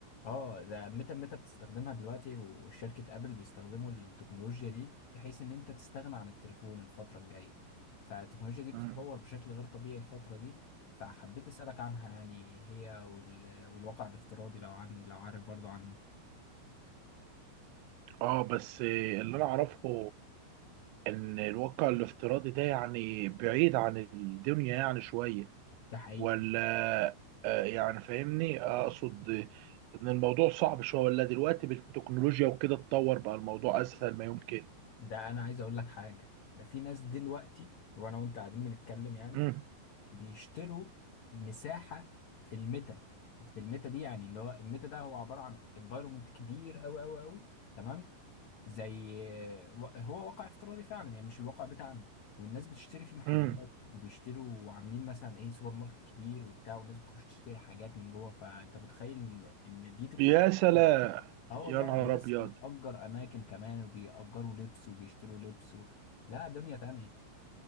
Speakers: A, on the left (about 85°); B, on the right (about 85°).
A: اه ده ميتا ميتا بتستخدمها دلوقتي وشركة ابل بيستخدموا التكنولوجيا دي بحيث ان انت تستغنى عن التليفون الفترة الجاية فالتكنولوجيا دي بتتطور
B: مم.
A: بشكل غير طبيعي الفترة دي فحبيت اسألك عنها يعني هي وال... والواقع الافتراضي لو عن لو عارف برضه عنه
B: اه بس آه، اللي انا اعرفه ان الواقع الافتراضي ده يعني بعيد عن الدنيا يعني شوية
A: ده حقيقي
B: ولا آه، يعني فاهمني اقصد ان الموضوع صعب شوية ولا دلوقتي بالتكنولوجيا وكده اتطور بقى الموضوع اسهل ما يمكن
A: ده انا عايز اقول لك حاجة ده في ناس دلوقتي وانا وانت قاعدين بنتكلم يعني
B: امم
A: بيشتروا مساحة في الميتا في الميتا دي يعني اللي هو الميتا ده هو عبارة عن انفايرومنت كبير قوي قوي قوي تمام زي هو واقع افتراضي فعلا يعني مش الواقع بتاعنا والناس بتشتري فيه محلات
B: امم
A: وبيشتروا وعاملين مثلا ايه سوبر ماركت كبير وبتاع والناس بتخش تشتري حاجات من جوه فانت متخيل ان ان دي تكنولوجيا
B: يا سلام
A: يعني. اه والله
B: يا نهار
A: ده الناس
B: ابيض
A: بتأجر اماكن كمان وبيأجروا لبس وبيشتروا لبس و... لا دنيا تانية